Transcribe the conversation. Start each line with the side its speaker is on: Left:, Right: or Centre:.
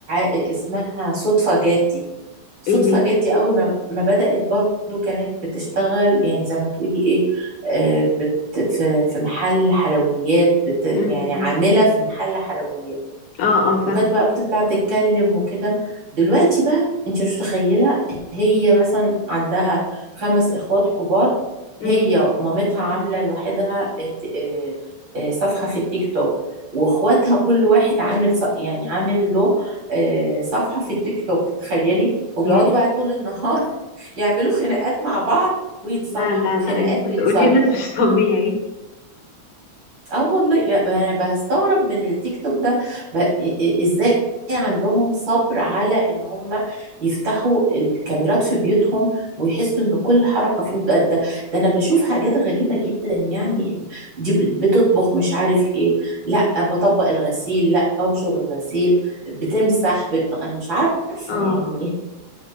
Right: اسمها صدفة جدي صدفة
Left: ايه دي
Right: جت دي أول ما ما بدأت برضو كانت بتشتغل يعني زي ما تقولي إيه آه، بت في في محل حلويات بت يعني
Left: مم، مم.
Right: عاملة في محل حلويات
Left: اه اه فاهم
Right: وكانت بقى بتطلع تتكلم وكده دلوقتي بقى انت مش متخيله هي مثلا عندها خمس اخوات كبار
Left: مم.
Right: هي مامتها عامله لوحدها اه، اه، اه، صفحه في التيك توك واخواتها كل واحد عامل ص- يعني عامل له اه، صفحه في التيك توك تخيلي وبيقعدوا
Left: ياه
Right: بقى طول النهار <laughs> يعملوا خناقات مع بعض ويتصالحوا
Left: لا لا لا
Right: خناقات
Left: اللي بتقولي
Right: ويتصالحوا
Left: ده <laughs> مش طبيعي
Right: اه والله يا- انا بستغرب من التيك توك ده ب... إ- ازاي عندهم صبر على ان هم يفتحوا الكاميرات في بيوتهم ويحسوا ان كل حركه فيهم ده, ده ده انا بشوف حاجات غريبه جدا يعني
Left: مم.
Right: دي بت- بتطبخ مش عارف ايه لا بطبق الغسيل لا بنشر الغسيل بتمسح بت... انا مش عارفه
Left: اه
Right: يعني
Left: اه